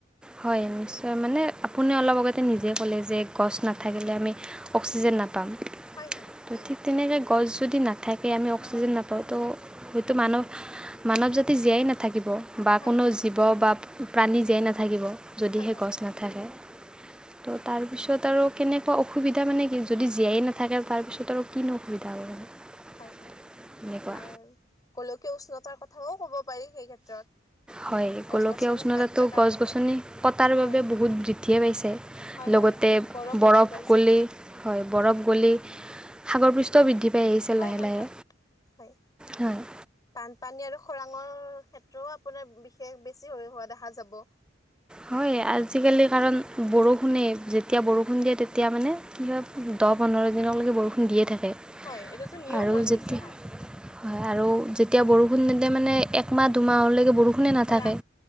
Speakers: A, in the centre; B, on the left.
A: হয় নিশ্চয় মানে আপুনি অলপ আগতে নিজে ক'লে যে গছ নাথাকিলে আমি- অক্সিজেন নাপাম।
B: হয় হয়
A: তো
B: উম
A: ঠিক তেনেকৈ গছ যদি নাথাকে আমি অক্সিজেন নাপাওঁ ত গোটেই মানুহ- মানৱ জাতি জীয়াই নাথাকিব। বা
B: হয়
A: কোনো জীৱ বা প্ৰাণী জীয়াই নাথাকিব যদি
B: হয়
A: সেই
B: হয়
A: গছ নাথাকে। ত' তাৰপিছত আৰু কেনেকুৱা অসুবিধা মানে কি যদি জীয়াই নাথাকে তাৰপিছত আৰু- কিনো অসুবিধা হব।
B: হয় হয়
A: এনেকুৱা
B: আপোনাৰ গোলকীয় উষ্ণতাৰ কথাও কব পাৰি সেই ক্ষেত্ৰত।
A: হয়
B: গছ
A: গোলকীয়
B: গছনি
A: উষ্ণনটাটো
B: কাট কটাৰ
A: গল।
B: ফলত
A: গছ গছনি কটাৰ
B: হয়
A: বাবে বহুত বৃদ্ধিয়ে পাইছে
B: হয় হয়
A: লগতে
B: গৰম বৃদ্ধি
A: বৰফ
B: পাইছে
A: গলি- হয় বৰফ গলি- সাগৰ পৃষ্ঠও বৃদ্ধি পাই আহিছে
B: হয়
A: লাহে
B: হয়
A: লাহে,
B: হয় হয়
A: হয়-
B: বানপানী আৰু খৰাংৰ ক্ষেত্ৰও আপোনাৰ বিশেষ বেছি হৈ হোৱা দেখা যাব।
A: হয় আজিকালি কাৰণ বৰষুণে যেতিয়া বৰষুণ দিয়ে তেতিয়া মানে কি হয়। দহ পোন্ধৰ দিনলৈকে বৰষুণ দিয়ে থাকে
B: হয় এইটোতো নিয়ম
A: আৰু
B: হৈ গৈছে
A: যেতিয়া।
B: হয়
A: হয় আৰু যেতিয়া বৰষুণ তেতিয়া মানে একমাহ দুমাহলৈকে বৰষুণ- কোনে নাথাকে,
B: খৰাং